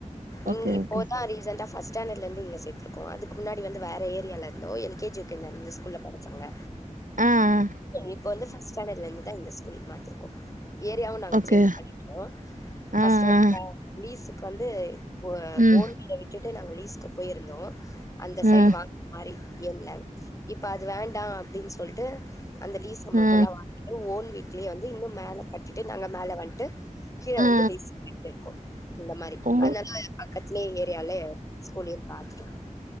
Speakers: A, on the right; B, on the left.
A: ஓகே
B: ங் இப்போதான்
A: ஓகே
B: ரீசன்டா ஃபர்ஸ்ட் ஸாண்டர்ட்லந்துங்க சேர்த்தருக்கோம் அதுக்கு முன்னாடி வந்து வேற ஏரியாவில இருந்தோம் எல் கே ஜி இந்த ஸ்கூல படிச்சாங்க
A: ஆ ஆ
B: இப்ப வந்து ஃபர்ஸ்ட் ஸ்டாண்டர்ட்ல இருந்துதான் இந்த ஸ்கூல் மாத்திருக்கோம் ஏரியாவும் நாங்க
A: ஓகே
B: சேஞ்ச் பண்ணிட்டோம் ஃபர்ஸ்ட்
A: ஆ
B: வந்த
A: ஆ
B: லீஸுக்கு வந்து ஓஹோ
A: ம்
B: ஓன் வீட்ட விட்டுட்டு நாங்க லிஸ்கு போயிருந்தோம் அந்த சைடு
A: ஆ
B: வாங்க மாரி என்ல இப்ப அது வேண்டாம் அப்டின்னு சொல்லிட்டு அந்த லீஸ் அமௌன்ட்டெல்லா
A: ஆ
B: வாங்கிட்டு ஓன் வீட்லயே வந்து இன்னும் மேல கட்டிட்டு நாங்க மேல வண்ட்டு கீழே
A: ஆ
B: வந்து லீசுக்கு விட்டுருக்கோ இந்த மாரி
A: ஓ
B: அனால ட்லே ஏரியால ஸ்கூலயும் பாத்துோட்டோ